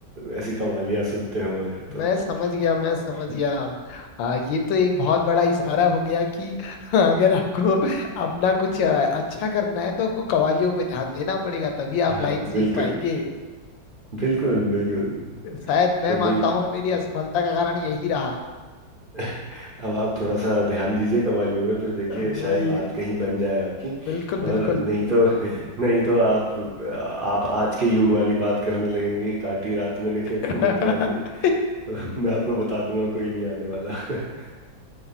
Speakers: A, on the right (about 45°); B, on the left (about 75°).
A: ऐसी कवालियां सुनते हो अगर तो
B: मैं समझ गया मैं समझ
A: <laughs>
B: गया अब आ, ये तो एक बहुत बड़ा इशारा हो गया कि <laughs> अगर आपको अपना कुछ आ, अच्छा करना है तो आपको कवालियों पे ध्यान देना पड़ेगा तभी आप
A: हाँ
B: लाइन सीख
A: बिल्कुल
B: पाएंगे
A: बिल्कुल बिल्कुल
B: शायद मैं
A: तो
B: मानता
A: नहीं
B: हूँ मेरी असफलता का कारण यही रहा
A: <laughs> अब आप थोड़ा सा ध्यान दीजिए कवालियों में फिर देखिए
B: वही
A: शायद बात कहीं बन जाए आपकी
B: बिल्कुल
A: और
B: बिल्कुल
A: नहीं तो नहीं तो आप आप आज के युग वाली बात करने लगेंगे कि काटी रात मैंने खेतों
B: <laughs>
A: में तो आई नहीं तो मैं आपको बता दूंगा कोई नहीं आने वाला <laughs>